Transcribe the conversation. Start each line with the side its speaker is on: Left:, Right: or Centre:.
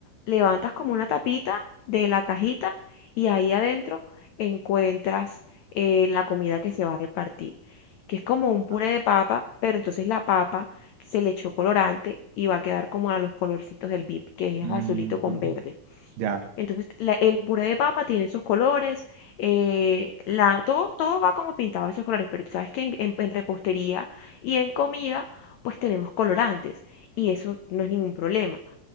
Left: levantas como una tapita de la cajita y ahí adentro encuentras eh, la comida que se va a repartir, que es como un puré
Right: Ah.
Left: de papa, pero entonces la papa se le echó colorante y va a quedar como a los colorcitos del Vic, que
Right: Ujú,
Left: es azulito con verde.
Right: Ya.
Left: Entonces, la- el puré de papa tiene esos colores, eh, la, todo, todo va como pintado de esos colores, pero tú sabes que en, en- en repostería y en comida, pues tenemos colorantes y eso no es ningún problema.